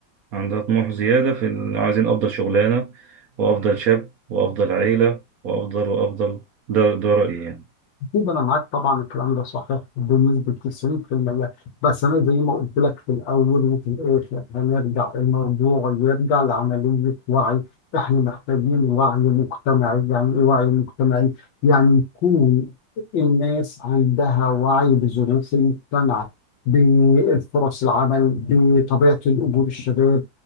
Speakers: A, on the right; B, on the left.
A: عندها طموح زياده في إن عايزين افضل شغلانه وافضل شاب وافضل عيله وافضل وافضل ده ده رايي يعني
B: أكيد أنا معاك طبعا الكلام ده صحيح بنسبة 90% بس أنا زي ما قلت لك في الأول وفي الآخر هنرجع الموضوع يرجع لعملية وعي إحنا محتاجين وعي مجتمعي يعني إيه وعي مجتمعي؟ يعني يكون الناس عندها وعي بظروف المجتمع بفرص العمل بطبيعة الأجور الشباب